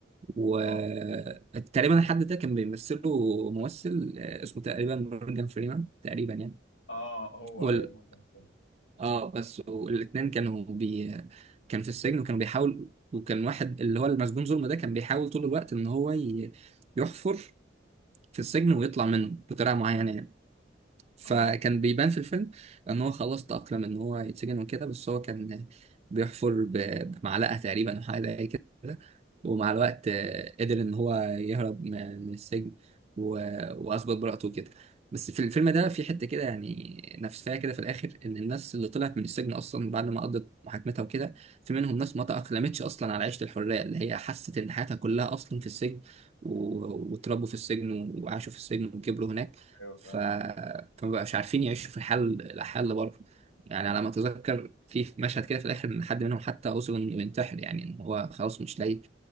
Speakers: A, on the right; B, on the left.
A: وتقريبا
B: اه
A: الحد ده كان بيمثله ممثل آه، اسمه تقريبا مورجان فريمان تقريبا
B: اه هو
A: يعني
B: ايوه مورجان فريمان
A: اه بس والاثنين كانوا بي كان في السجن وكانوا بيحاول وكان واحد اللي هو المسجون ظلم ده كان بيحاول طول الوقت ان هو ي... يحفر في السجن ويطلع منه بطريقه معينه يعني فكان
B: اه
A: بيبان في الفيلم ان هو خلاص تأقلم ان هو يتسجن وكده بس هو كان بيحفر ب- بمعلقة تقريبا او حاجة زي كده ومع الوقت آه، قدر ان هو يهرب م- من السجن و- واثبت براءته وكده بس في الفيلم ده في حتة كده يعني نفسها كده في الاخر ان الناس اللي طلعت من السجن اصلا بعد ما قضت محاكمتها وكده في منهم ناس ما تأقلمتش اصلا على عيشة الحرية اللي هي حست ان حياتها كلها اصلا في السجن و- واتربوا في السجن وعاشوا في السجن وكبروا هناك
B: ايوه
A: ف...
B: فاهم
A: فمبقاش عارفين يعيشوا في الحال الحال اللي بره يعني على ما اتذكر في مشهد كده في الاخر ان حد منهم حتى وصل انه ينتحر يعني ان هو خلاص مش لاقي